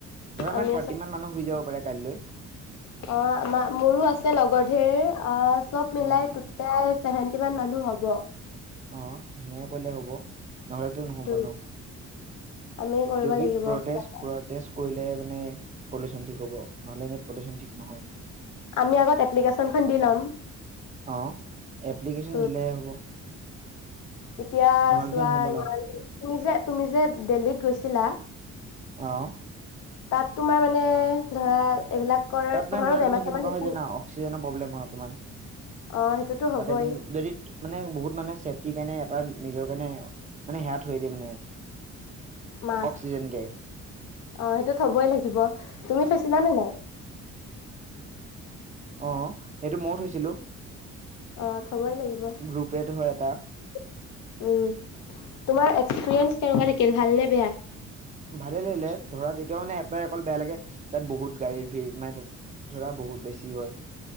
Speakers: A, on the right; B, on the left.
A: ধৰা
B: আমি
A: মান থাৰ্টি মান মানুহ হৈ যাব পাৰে। কাইলৈ
B: অহ আমাৰ মোৰো আছে লগৰ ধেৰ আহ চব মিলাই
A: অ
B: টোটেল চেভেণ্টি মান মানুহ হ'ব
A: অহ সেনেকে কৰিলে হব নহলেতো নহ'ব
B: উম
A: নহ
B: আমি কৰিব
A: কিউকি
B: লাগিব
A: প্ৰটেষ্ট
B: কিবা
A: প্ৰটেষ্ট কৰিলেহে মানে পলিউচন ঠিক হ'ব। নহলে এনে পলিউচন ঠিক নহয়,
B: আমি আগত এপ্লিকেশ্যনখন দি ল'ম।
A: অহ এপ্লিকেশ্বন
B: উম,
A: দিলেহে হ'ব।
B: এতিয়া
A: নহ'লেতো
B: চোৱা
A: নহ'ব ন
B: ই তুমি যে তুমি যে দিল্লীত গৈছিলা।
A: অহ
B: তাত তোমাৰ মানে ধৰা এইবিলাকৰ
A: তাত
B: তোমাৰো
A: মানে ধৰা
B: বেমাৰ
A: তুমি কেনেকুৱা
B: চেমাৰ হৈছে
A: হয়
B: নেকি?
A: জান অক্সিজেনৰ প্ৰব্লেম হয় অকণমান
B: অ' সেইটোতো হ'বই
A: তাতে মানে যদি মানে বহুত মানে চে কি কাৰণে এটা নিজৰ কাৰণে মানে সেয়া থৈ দিয়ে মানে
B: মাক্স
A: অক্সিজেন গেছ
B: অহ সেইটো থবই লাগিব তুমি থৈছিলা নে নাই
A: অহ সেইটো ময়ো থৈছিলো।
B: অ' থ'বই লাগিব।
A: গ্ৰুপে ধৰা এটা
B: উম তোমাৰ এক্স পিৰিয়েঞ্চ কেনেকুৱা থাকিল ভাল নে বেয়া?
A: ভালে লাগিলে ধৰা তেতিয়াও মানে এটাই অকল বেয়া লাগে তাত বহুত গাড়ীৰ ভিৰ মানে তাত ধৰা বহুত বেছি হয়।